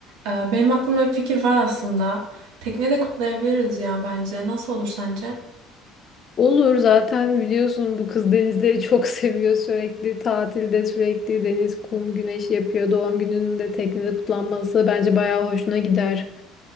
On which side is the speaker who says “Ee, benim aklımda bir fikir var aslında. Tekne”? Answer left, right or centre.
Right